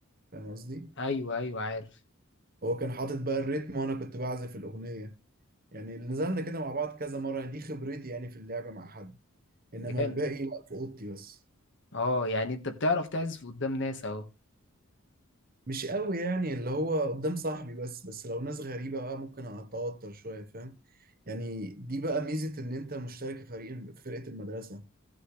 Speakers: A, on the right; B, on the left.
A: فاهم قصدي؟
B: ايوه ايوه عارف
A: هو كان حاطط بقى الريتم وانا كنت بعزف الأغنية يعني اللي نزلنا كده مع بعض كذا مرة يعني دي خبرتي يعني في اللعبة مع حد إنما
B: جامد
A: الباقي لا في أوضتي بس
B: اه يعني انت بتعرف تعزف قدام ناس اهو
A: مش قوي يعني اللي هو قدام صاحبي بس بس لو ناس غريبة بقى ممكن أتوتر شوية فاهم يعني دي بقى ميزة إن أنت مشترك في فريق فرقة المدرسة